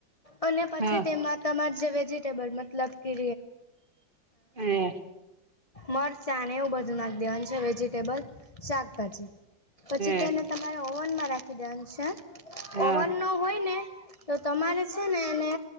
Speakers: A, on the left; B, on the right.
A: અને પછી
B: હા
A: તેમાં. તમાર જે વેજિટેબલ, મતલબ કે
B: હમ
A: મરચાં એવું બધું, નાખ દેવાન છે. વેજિટેબલ, શાકભાજી. પછી
B: હમ
A: તેને તમારે ઓવનમાં રાખી દેવાનું છે,
B: હા
A: ઓવનો. હોય ને, તો તમારે છે ને એને